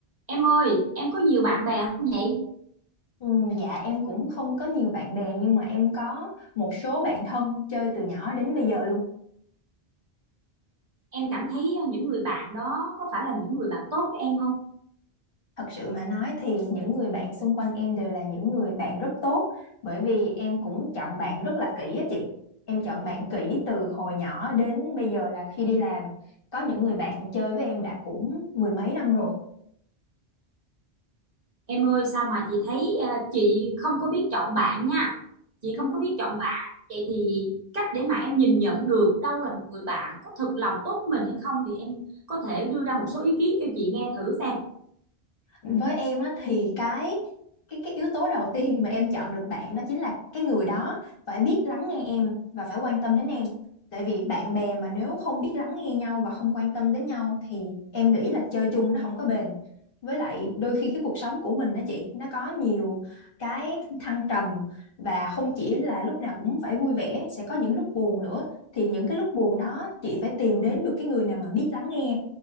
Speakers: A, on the right; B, on the left.
A: Em ơi, em có nhiều bạn bè không vậy?
B: Ừ, dạ em cũng không có nhiều bạn bè nhưng mà em có một số bạn thân chơi từ nhỏ đến bây giờ luôn.
A: Em cảm thấy ờ, những người bạn đó có phải là những người bạn tốt với em không?
B: Thật sự mà nói thì những người bạn xung quanh em đều là những người bạn rất tốt bởi vì em cũng chọn bạn rất là kỹ á chị. Em chọn bạn kỹ từ hồi nhỏ đến bây giờ là khi đi làm. Có những người bạn chơi với em đã cũng mười mấy năm rồi.
A: Em ơi, sao mà chị thấy ờ, chị không có biết chọn bạn nha. Chị
B: Ừ.
A: không có biết chọn bạn. Vậy thì cách để mà em nhìn nhận được đâu là một người bạn có thực lòng tốt với mình hay không thì em có thể đưa ra một số ý kiến cho chị nghe thử xem.
B: với em á thì cái cái cái yếu tố đầu tiên mà em chọn được bạn đó chính là cái người đó phải biết lắng nghe em và phải quan tâm đến em tại vì bạn bè mà nếu không biết lắng nghe nhau và không quan tâm đến nhau thì em nghĩ là chơi chung nó không có bền với lại đôi khi cái cuộc sống của mình đó chị nó có nhiều cái thăng trầm và không chỉ là lúc nào cũng phải vui vẻ sẽ có những lúc buồn nữa thì những cái lúc buồn đó chị phải tìm đến được cái người nào mà biết lắng nghe